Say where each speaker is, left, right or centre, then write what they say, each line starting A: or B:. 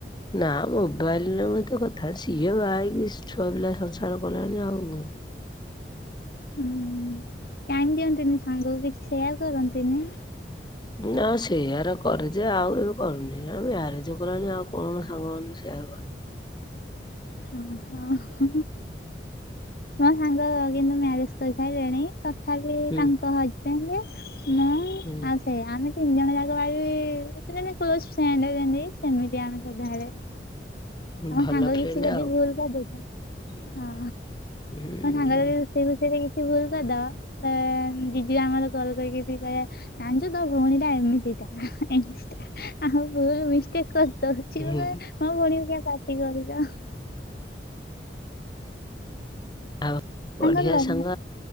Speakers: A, on the left; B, on the left.
A: ନା ମୋବାଇଲରେ ମୁ ତ କଥା ସିଏ ବାହା ହେଇକି ଛୁଆ ପିଲା ସଂସାର କଲାଣି ଆଉ।
B: ହଁ ଟାଇମ ଦିଅନ୍ତିନି ସାଙ୍ଗକୁ କିଛି ସେୟାର କରନ୍ତିନି?
A: ନା ସେୟାର କରୁଛେ ଆଉ ଏବେ କରୁନି, ଆମେ ଆର ଜଉ କରାଯାଏ ଆଉ କଣ ସାଙ୍ଗ ମାନେ ସେୟାର କର
B: ହଁ ହଁ ହୁଁ ହୁଁ ମୋ ସାଙ୍ଗ ମାନେ ମ୍ୟାରେଜ କରି ସାରିଲେଣି ତଥାପି
A: ହୁଁ
B: ତାଙ୍କ ହଜବେଣ୍, ମୁଁ
A: ହୁଁ
B: ସେୟା ଆମେ ତିନି ଜଣ ଯାକ ବାକି ସ୍କୁଲରେ ବି କ୍ଲୋଜ ଫ୍ରେଣ୍ଡ ଯେମିତି ସେମିତି ଆମେ ସଦାବେଳେ।
A: ହୁଁ
B: ଆମ
A: ଭଲ
B: ସାଙ୍ଗକୁ
A: ଫ୍ରେଣ୍ଡ
B: କିଛି ଯଦି
A: ଆଉ
B: ଭୁଲ କରିଦେଇଥାଏ,
A: ହୁଁ
B: ହଁ ମୋ ସାଙ୍ଗ ଯଦି ସେ ରୋଷଇରେ କିଛି ଭୁଲ କରିଦେବ, ତ ଜିଜୁ ଆମର କଲ୍ କରିକି ଏଠି କହିବ ଜାଣିଛୁ ତୋ ଭଉଣୀଟା ଏମିତିଟା, ଏମତିଟା, ଆ ଭଲ ମିଷ୍ଟେକ୍ କରି କହୁଥିବୁ
A: ହୁଁ
B: ଯେ ମୋ ଭଉଣୀ କୁ କଣ ପାଟି କରୁଛ?
A: ଆଉ ବଢିଆ
B: ତାଙ୍କର ଲ
A: ସାଙ୍ଗ